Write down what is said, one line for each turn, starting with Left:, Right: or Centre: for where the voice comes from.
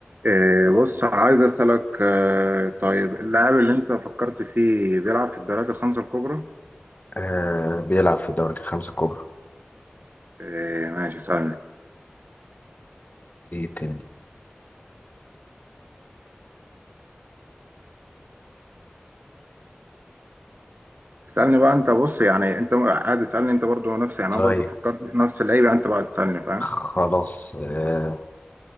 Right: إيه، بص عايز أسألك آه، طيب اللاعب اللي أنت فكرت فيه بيلعب في الدوريات الخمسة الكبرى؟
Left: آه بيلعب في الدوريات الخمسة الكبرى
Right: إيه، ماشي اسألني
Left: ايه تاني
Right: اسألني بقى أنت بص يعني أنت قاعد اسألني أنت برضو نفسي يعني
Left: طيب
Right: أنا برضو فكرت في نفس اللعيبة أنت بقى تسألني فاهم؟
Left: خلاص آه